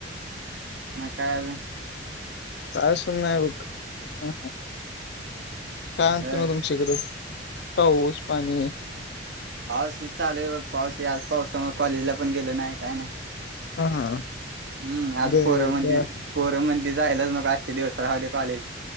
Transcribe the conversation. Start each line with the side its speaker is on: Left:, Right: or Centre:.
Right: म काय आजुन.
Left: काय सुन नाहीय बघ अ ह काय म्हणते
Right: बर
Left: मग तुमच्याकडं पाऊस पाणी.
Right: पाऊसच चालू आहेय बघ पाऊस आज पाऊसामुळे कॉलेजला पण गेलो नाही काय नाही.
Left: हा हा
Right: हम्म आज
Left: बर
Right: पोरम्हणलीत
Left: बर
Right: पोरम्हणलीत जायलाच नको आजच्या दिवस राहुदे कॉलेज